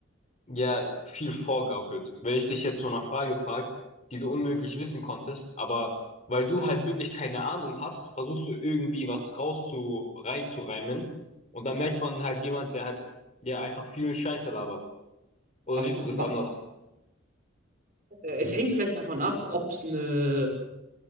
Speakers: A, on the left; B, on the right.
A: ja, viel vorgaukelt. Wenn ich dich jetzt so nach Frage frage, die du unmöglich wissen konntest, aber weil du halt wirklich keine Ahnung hast, versuchst du irgendwie was rauszu, reinzureimen. Und dann merkt man halt jemand, der halt, ja, einfach viel Scheiße labert. Oder
B: Was
A: siehst
B: ist,
A: du das
B: was
A: anders?
B: Äh, Es hängt vielleicht davon ab, ob es eine,